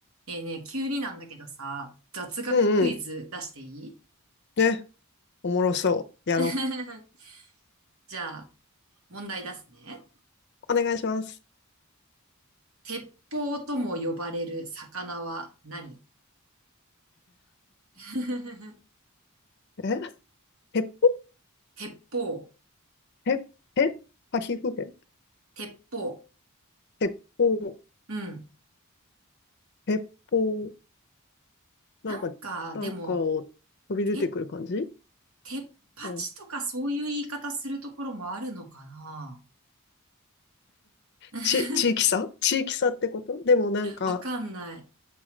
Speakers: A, on the right (about 75°); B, on the left (about 50°).
A: えーね、急になんだけどさ、雑学クイズ出していい
B: うんうん。ね。おもろそう。やろ
A: <laughs> じゃあ、問題出すね。
B: う。お願いします。
A: 鉄砲とも呼ばれる魚は何 <laughs>
B: え鉄砲
A: 鉄砲、
B: 鉄、えパヒフヘ
A: 鉄砲。
B: 鉄砲、
A: うん。
B: 鉄砲。
A: なんか、
B: なんか、なんかを飛び出てくる感じ
A: でも、鉄、鉄パチとかそういう言い方するところもあるのかな
B: うん。
A: <laughs>
B: ち、地域差地域差ってことでもなんか、
A: わかんない。